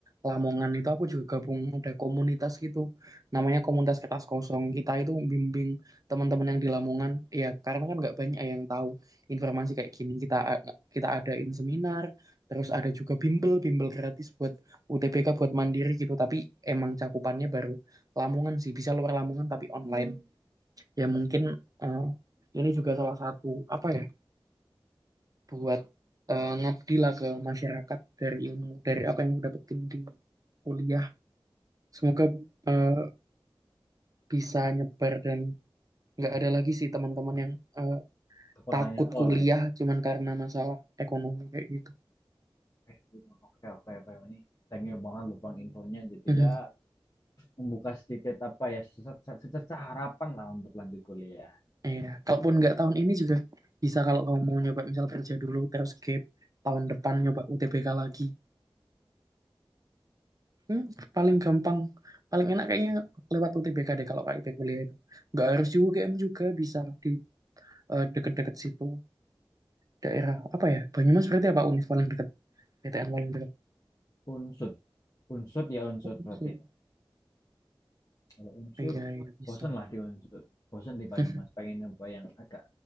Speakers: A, on the right; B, on the left.
A: Lamongan itu aku juga gabung ada komunitas gitu, namanya komunitas kertas kosong. Kita itu bimbing teman-teman yang di Lamongan, ya karena kan nggak banyak yang tahu informasi kayak gini. Kita a- kita adain seminar, terus ada juga bimbel, bimbel gratis buat UTBK, buat mandiri gitu. Tapi emang cakupannya baru Lamongan sih, bisa luar Lamongan tapi online. Ya mungkin eh, ini juga salah satu apa ya? buat eh, ngabdi lah ke masyarakat dari ilmu dari apa yang aku dapetin di kuliah semoga eh, bisa nyebar dan nggak ada lagi sih teman-teman yang eh,
B: Kekurangannya
A: takut
B: info
A: kuliah
B: lah ya.
A: cuman karena masalah ekonomi kayak gitu
B: eh Oke, oke, oke. Ini thank you banget loh Bang infonya jadi
A: Mhm.
B: ya membuka sedikit apa ya secerca, secerca harapan lah untuk lanjut kuliah.
A: iya kalaupun nggak tahun ini juga bisa kalau kamu mau nyoba misal kerja dulu terus gap tahun depan nyoba UTBK lagi Hmm, paling gampang paling enak kayaknya lewat UTBK deh kalau KIP kuliah itu nggak harus UGM juga bisa di eh, deket-deket situ daerah apa ya Banyumas berarti apa Unif paling dekat PTN paling dekat
B: Unsut, unsut ya unsut
A: Oh, maksud-
B: berarti. Kalau Unsur,
A: iya iya bisa
B: bosen lah di Unsur. Bosen di
A: <laughs>
B: Banyumas. Pengen nyoba yang agak